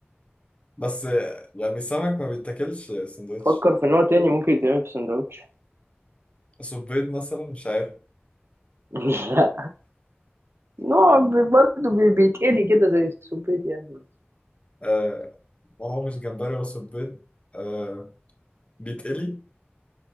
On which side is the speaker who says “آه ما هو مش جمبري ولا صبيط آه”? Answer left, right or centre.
Left